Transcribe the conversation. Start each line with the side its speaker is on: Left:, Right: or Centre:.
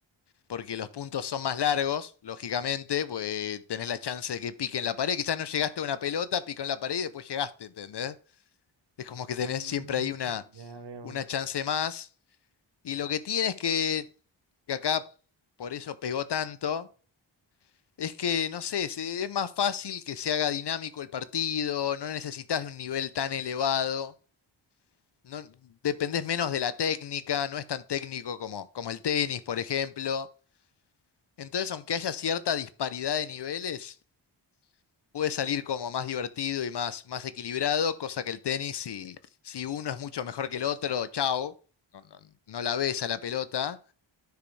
Left: porque los puntos son más largos, lógicamente, pues tenés la chance de que pique en la pared. Quizás no llegaste a una pelota, picó en la pared y después llegaste, ¿entendés? Es como que
Right: Mm,
Left: tenés siempre ahí una,
Right: ya veo.
Left: una chance más. Y lo que tiene es que, que acá por eso pegó tanto, es que, no sé, se- es más fácil que se haga dinámico el partido, no necesitas de un nivel tan elevado, no, dependés menos de la técnica, no es tan técnico como, como el tenis, por ejemplo. Entonces, aunque haya cierta disparidad de niveles, puede salir como más divertido y más, más equilibrado, cosa que el tenis, si, si uno es mucho mejor que el otro, chao, no, no- no la ves a la pelota.